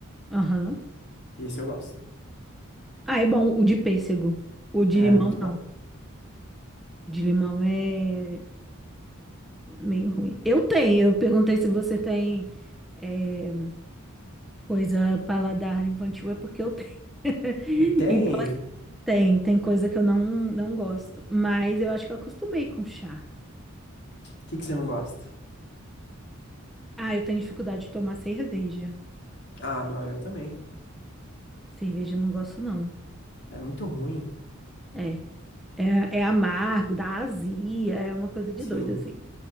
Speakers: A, in the centre; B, on the left (about 55°).
A: Aham.
B: Esse eu gosto.
A: Ah, é bom o de pêssego. O de
B: É
A: limão,
B: muito bom.
A: não. O de limão é meio ruim. Eu tenho. Eu perguntei se você tem é, coisa paladar infantil, é porque eu tenho. <laughs>
B: Você tem?
A: Então, assim,
B: O
A: Tem, tem coisa que eu não, não gosto, mas eu acho que eu acostumei com chá.
B: que que você não gosta?
A: Ah, eu tenho dificuldade de tomar cerveja.
B: Ah, não, eu também.
A: Cerveja eu não gosto, não.
B: É muito ruim.
A: É, é, é amargo, dá azia, é uma coisa de
B: Sim.
A: doido, assim.